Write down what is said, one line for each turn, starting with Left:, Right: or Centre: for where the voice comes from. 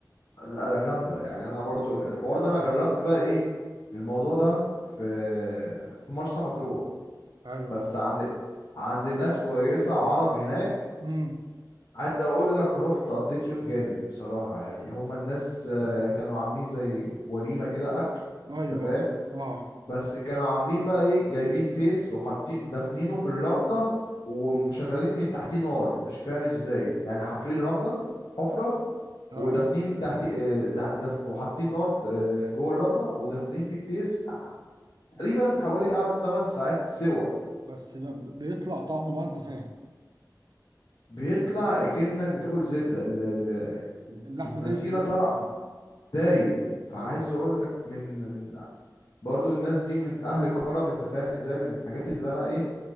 Left: لا لا جامدة يعني أنا برضو الحوار ده أنا جربت بقى إيه الموضوع ده في في مرسى مطروح
Right: ايوه
Left: بس عند عند ناس كويسة عرب هناك
Right: امم
Left: عايز أقول لك رحت قضيت يوم جامد بصراحة يعني هما الناس آه، كانوا عاملين زي وليمة كده أكل
Right: ايوه
Left: أنت فاهم
Right: اه
Left: بس كانوا عاملين بقى ايه جايبين تيس وحاطين دافنينه في الرملة ومشغلين من تحتيه نار مش فاهم ازاي يعني حافرين رملة حفرة
Right: اه
Left: ودافنين تحت آه، ده- دف... وحاطين نار آه، جوه الرملة ودافنين فيه التيس تقريبا حوالي قعد 8 ساعات سوا
Right: بس ب- ب- بيطلع طعمه بقى انت فاهم
Left: بيطلع كأنك بتاكل زبدة ال- ال-
Right: اللحم
Left: النسيرة
Right: ده في بقك
Left: طلع
Right: أيوة.
Left: دايب فعايز
Right: ايوه
Left: اقول لك من من برضو الناس دي من اهل كرم انت فاهم ازاي من الحاجات اللي انا ايه